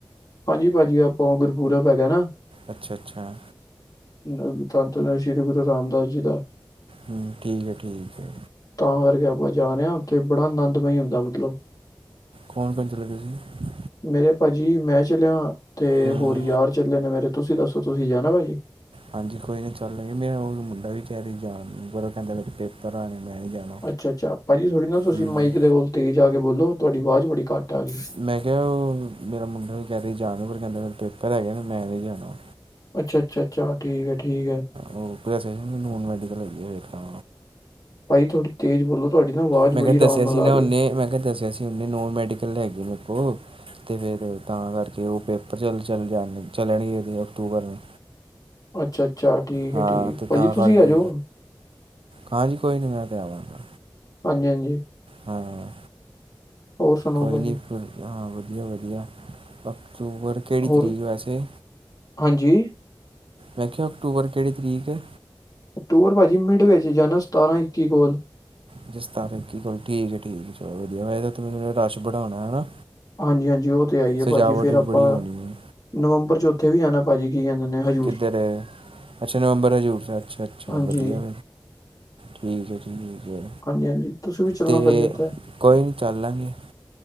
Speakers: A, on the left; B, on the right.
A: ਹਾਂਜੀ ਪਾਜੀ, ਆਪਾਂ ਗੁਰਪੁਰਬ ਹੈਗੈ ਏ ਨਾ
B: ਅੱਛਾ-ਅੱਛਾ।
A: ਅ ਧੰਨ-ਧੰਨ ਸ਼੍ਰੀ ਗੁਰੂ ਰਾਮਦਾਸ ਜੀ ਦਾ।
B: ਹੂੰ, ਠੀਕ ਐ, ਠੀਕ ਐ।
A: ਤਾਂ ਕਰਕੇ ਆਪਾਂ ਜਾ ਰੇਆਂ, ਔਥੇ ਬੜਾ ਆਨੰਦਮਈ ਹੁੰਦਾ ਮਤਲਬ।
B: ਕੋਣ-ਕੌਣ ਚੱਲੇ ਤੁਸੀਂ?
A: ਮੇਰੇ ਪਾਜੀ, ਮੈਂ ਚੱਲੇਆ ਤੇ
B: ਹੂੰ
A: ਹੋਰ ਯਾਰ ਚੱਲੇ ਨੇ ਮੇਰੇ। ਤੁਸੀਂ ਦੱਸੋ ਤੁਸੀਂ ਜਾਣਾ ਭਾਜੀ?
B: ਹਾਂਜੀ ਕੋਈ ਨੀ ਚੱਲ ਲਾਗੇ, ਮੇਰਾ ਹੋਣ ਮੁੰਡਾ ਵੀ ਕੇਹ ਰਿਆ ਈ ਜਾਣ ਨੂੰ, ਪਰ ਔ ਕੈੰਦਾ ਡੇਡੀ ਪੇਪਰ ਆ ਰਏ, ਮੈਂ ਨੀ ਜਾਣਾ।
A: ਅੱਛਾ-ਅੱਛਾ, ਭਾਜੀ ਥੋੜ੍ਹੀ ਨਾ ਤੁਸੀਂ
B: ਹੂੰ
A: ਮਾਈਕ ਦੇ ਕੋਲ ਤੇਜ਼ ਆ ਕੇ ਬੋਲੋ, ਤੁਆਡੀ ਵਾਜ ਬੜੀ ਘੱਟ ਆ ਰੀਏ।
B: ਮੈਂ ਕੇਹਾ ਓਹ, ਮੇਰਾ ਮੁੰਡਾ ਵੀ ਕੇਹ ਰਿਆ ਈ ਜਾਣ ਨੂੰ, ਹੁਣ ਕੈੰਦਾ ਮੇਰੇ ਪੇਪਰ ਹੈਗੇ ਨੇ, ਮੈਂ ਨਹੀਂ ਜਾਣਾ।
A: ਅੱਛਾ-ਅੱਛਾ-ਅੱਛਾ, ਠੀਕ ਏ ਠੀਕ ਏ।
B: ਓਹ ਪੈਸੇ, ਨੋਨ ਮੈਡੀਕਲ ਹੈਗੀ ਏ ਏਕ ਤਾਂ।
A: ਪਾਜੀ ਥੋੜੀ ਤੇਜ਼ ਬੋਲੋ, ਤੁਆਡੀ ਨਾ ਆਵਾਜ਼
B: ਮੈਂ
A: ਬੜੀ
B: ਕਿਆ ਦੱਸਿਆ
A: ਆਰਾਮ ਨਾਲ
B: ਸੀ
A: ਆ
B: ਨਾ
A: ਰਹੀ
B: ਔਨੇ,
A: ਹੈ
B: ਮੈਂ ਕੇਆ ਦੱਸਿਆ ਸੀ ਔਨੇ, ਨੋਨ ਮੈਡੀਕਲ ਹੈਗੀ ਮੇਂਕੋ। ਤੇ ਫੇਰ ਤਾਂ ਕਰਕੇ, ਔ ਪੇਪਰ ਚੱਲ-ਚੱਲ ਜਾਣਗੇ, ਚੱਲਣਗੇ ਏਦੇ ਅਕਟੂਬਰ ਨੂੰ।
A: ਅੱਛਾ ਅੱਛਾ, ਠੀਕ
B: ਹਾਂ
A: ਹੈ ਠੀਕ
B: ਅਤੇ
A: ਭਾਜੀ
B: ਤਾਂ
A: ਤੁਸੀਂ
B: ਕਰਕੇ
A: ਆ ਜੋ।
B: ਹਾਂਜੀ ਕੋਈ ਨਹੀਂ ਮੈਂ ਤੇ ਆਵਾਂਗਾ।
A: ਹਾਂਜੀ ਹਾਂਜੀ।
B: ਹਾਂ।
A: ਹੋਰ ਸੁਣਾਓ
B: ਕੋਈ
A: ਭਾਜੀ
B: ਨੀ ਹਾਂ ਵਧੀਆ-ਵਧੀਆ ਅਕਤੂਬਰ ਕਿਹੜੀ
A: ਹੋਰ
B: ਤਰੀਕ ਵੈਸੇ?
A: ਹਾਂਜੀ।
B: ਮੈਂ ਕੇਆ, ਅਕਟੂਬਰ ਕੇੜੀ ਤਰੀਕ ਏ?
A: ਅਕਟੂਬਰ ਪਾਜੀ ਮਿਡ ਵਿੱਚ ਜਾਣਾ, ਸਤਾਰਾਂ ਇੱਕੀ ਕੋਲ।
B: ਅੱਛਾ ਸਤਾਰਾ ਇੱਕੀ ਕੋਲ, ਠੀਕ ਏ ਠੀਕ ਏ, ਚਲੋ ਵਦੀਆ, ਵੈਸੇ ਤੇ ਔਥੇ ਮੇਰੇ ਰਸ਼ ਬੜਾ ਹੋਣਾ ਏ ਨਾ?
A: ਹਾਂਜੀ ਹਾਂਜੀ, ਓਹ ਤੇ ਹੈ ਹੀ ਏ,
B: ਸਜਾਵਟ
A: ਭਾਜੀ ਫਿਰ
B: ਵੀ
A: ਆਪਾਂ
B: ਬੜੀ ਹੋਣੀ ਹੈ
A: ਨਵੰਬਰ ਚ ਉੱਥੇ ਵੀ ਜਾਣਾ ਭਾਜੀ ਕੀ ਕੈੰਦੇ ਨੇ ਹਜੁ
B: ਕਿੱਧਰ ਅੱਛਾ ਨਵੰਬਰ ਹੈਜ਼ੂਰ ਸਾਹਿਬ। ਅੱਛਾ ਅੱਛਾ,
A: ਹਾਂਜੀ,
B: ਵਧੀਆ। ਠੀਕ ਹੈ ਠੀਕ ਹੈ
A: ਹਾਂਜੀ-ਹਾਂਜੀ ਤੁਸੀਂ ਵੀ ਚੱਲਣਾ
B: ਤੇ
A: ਭਾਜੀ ਉੱਥੇ
B: ਕੋਈ ਨਹੀਂ ਚੱਲ ਲਾਂਗੇ।